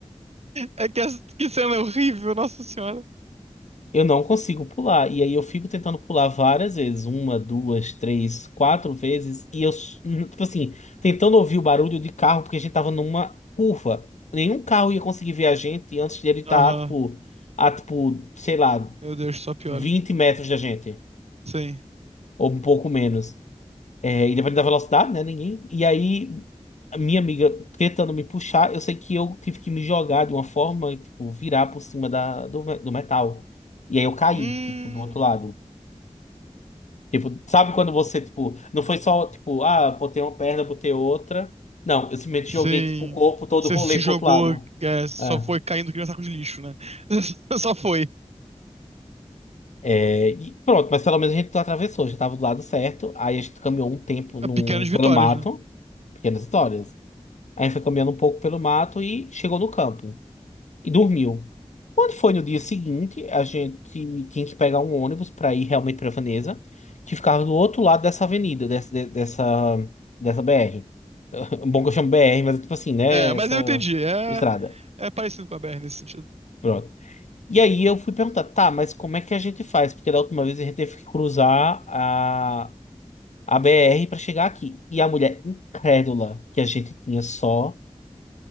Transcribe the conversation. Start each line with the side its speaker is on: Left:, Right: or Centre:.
Right: É que, essa- que cena é horrível, Nossa Senhora.
Left: Eu não consigo pular. E aí eu fico tentando pular várias vezes, uma, duas, três, quatro vezes, e eu, s- n- tipo assim, tentando ouvir o barulho de carro, porque a gente tava numa curva. Nenhum carro ia conseguir ver a gente antes de ele estar,
Right: Aham.
Left: tipo, a, tipo, sei lá,
Right: Meu Deus, só piora.
Left: 20 metros da gente,
Right: Sim.
Left: ou um pouco menos. É, e dependendo da velocidade, né? Ninguém. E aí, a minha amiga tentando me puxar, eu sei que eu tive que me jogar de uma forma, tipo, virar por cima da, do, do metal. E aí eu caí,
Right: Hum,
Left: tipo, do outro lado. Tipo, sabe quando você, tipo, não foi só, tipo, ah, botei uma perna, botei outra. Não, eu simplesmente joguei,
Right: sim.
Left: tipo, o corpo todo,
Right: Você
Left: rolei
Right: se
Left: pro
Right: jogou,
Left: outro lado.
Right: é, só
Left: Ah,
Right: foi caindo que nem um saco de lixo, né? <laughs> Só foi.
Left: É, e pronto, mas pelo menos a gente atravessou, já tava do lado certo. Aí a gente caminhou um tempo num,
Right: Pequenas vitórias,
Left: pelo mato,
Right: né?
Left: pequenas histórias. Aí foi caminhando um pouco pelo mato e chegou no campo e dormiu. Quando foi no dia seguinte, a gente tinha que pegar um ônibus para ir realmente para Veneza, que ficava do outro lado dessa avenida, dessa, de- dessa, dessa BR. um Bom que eu chamo BR, mas é tipo assim, né?
Right: É, mas
Left: Essa
Right: eu entendi. É,
Left: estrada.
Right: é parecido com a BR nesse sentido.
Left: Pronto. E aí eu fui perguntar, tá, mas como é que a gente faz? Porque da última vez a gente teve que cruzar a, a BR para chegar aqui. E a mulher incrédula que a gente tinha só